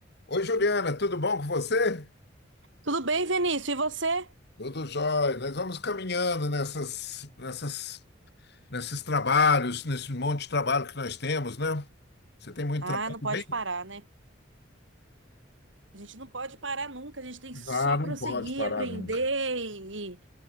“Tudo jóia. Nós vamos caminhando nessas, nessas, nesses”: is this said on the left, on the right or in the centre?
Left